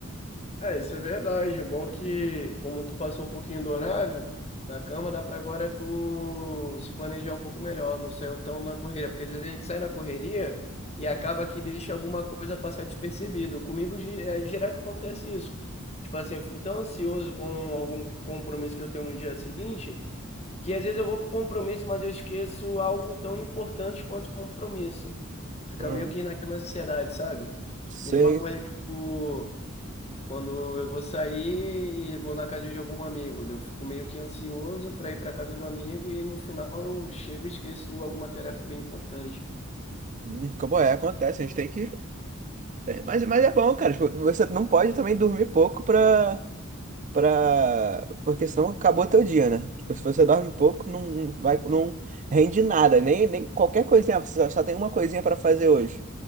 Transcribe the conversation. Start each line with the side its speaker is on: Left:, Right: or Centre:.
Left: É, isso é verdade. O bom é que, como tu passou um pouquinho do horário na cama, dá pra agora tu se planejar um pouco melhor, não ser tão na correria, porque às vezes a gente sai na correria e acaba que deixa alguma coisa passar despercebido. Comigo di- é, direto acontece isso. Tipo assim, eu fico tão ansioso com algum compromisso que eu tenho no dia seguinte, que às vezes eu vou pro compromisso, mas eu esqueço algo tão importante quanto o compromisso. Fica
Right: Uhum.
Left: meio que naquela ansiedade, sabe?
Right: Sei.
Left: Mesma coisa,
Right: sei.
Left: tipo. Quando eu vou sair e vou na casa de algum amigo, daí eu fico meio que ansioso para ir para casa do amigo e no final eu chego e esqueço alguma tarefa bem importante.
Right: Hum, Como é, acontece, a gente tem que. tem- Mas, mas é bom, cara. Tipo, você não pode também dormir pouco pra. pra... Porque senão acabou teu dia, né? Tipo, se você dorme pouco, não não vai, não rende nada, nem, nem qualquer coisinha, você só só tem uma coisinha pra fazer hoje.